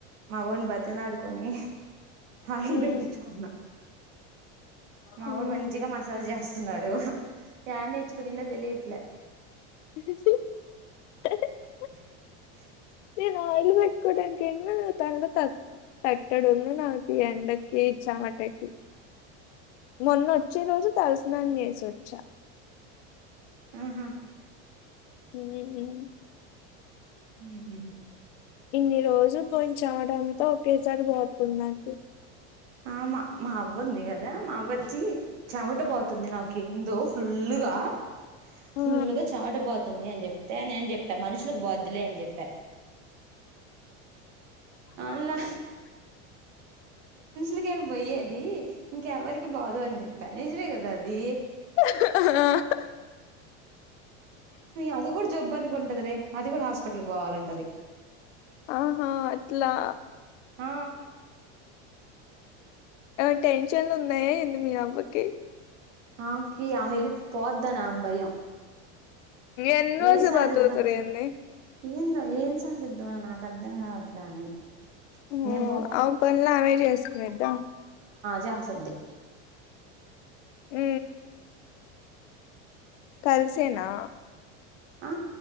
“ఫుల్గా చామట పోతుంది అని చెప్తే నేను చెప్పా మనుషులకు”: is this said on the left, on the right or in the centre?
Right